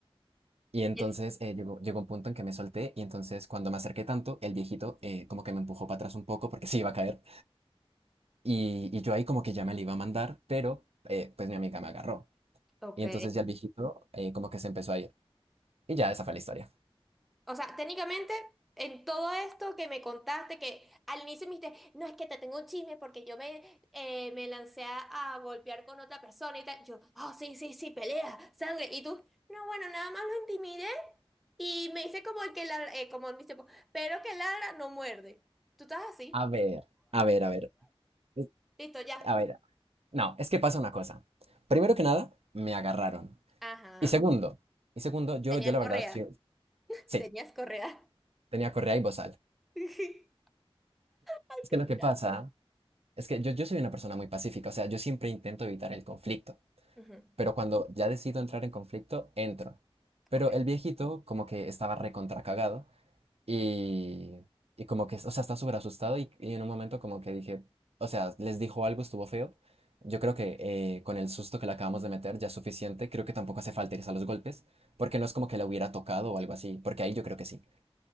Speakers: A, on the right; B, in the centre.
A: Y entonces
B: Y
A: eh, llegó, llegó un punto en que me solté y entonces cuando me acerqué tanto, el viejito eh, como que me empujó para atrás un poco porque <laughs> se iba a caer. Y, y yo ahí como que ya me le iba a mandar, pero eh, pues mi amiga me agarró.
B: ok.
A: Y entonces ya el viejito eh, como que se empezó a ir. Y ya esa fue la historia.
B: O sea, técnicamente, en todo esto que me contaste, que al inicio me dijiste, no es que te tengo un chisme porque yo me, eh, me lancé a, a golpear con otra persona y tal. Yo, oh, sí, sí, sí, pelea, sangre. Y tú, no, bueno, nada más lo intimidé y me hice como el que ladra, eh, como dice, pues, pero que ladra no muerde. Tú estás así.
A: A ver, a ver, a ver. es-
B: Listo, ya.
A: A ver, No, es que pasa una cosa. Primero que nada, me agarraron.
B: Ajá.
A: Y segundo, y segundo, yo,
B: Tenían
A: yo la
B: correa.
A: verdad, sí, sí,
B: Tenías correa.
A: tenía correa y bozal.
B: <laughs> Ay, coño,
A: Es que lo que pasa
B: la-
A: es que yo, yo soy una persona muy pacífica, o sea, yo siempre intento evitar el conflicto,
B: Ujú,
A: pero cuando ya decido entrar en conflicto, entro. Pero
B: Ok,
A: el viejito como que estaba recontracagado Y, y como que, o sea, está súper asustado y, y en un momento como que dije, o sea, les dijo algo, estuvo feo. Yo creo que eh, con el susto que le acabamos de meter ya es suficiente. Creo que tampoco hace falta irse a los golpes, porque no es como que la hubiera tocado o algo así, porque ahí yo creo que sí.